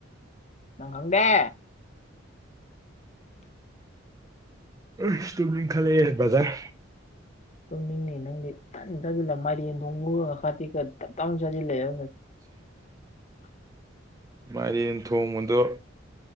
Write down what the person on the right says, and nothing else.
ꯎ ꯏꯁ ꯇꯨꯝꯅꯤꯪꯈꯠꯂꯛꯑꯦ ꯕꯔꯗꯔ
ꯃꯥꯏꯔꯦꯟ ꯊꯣꯡꯕꯗꯣ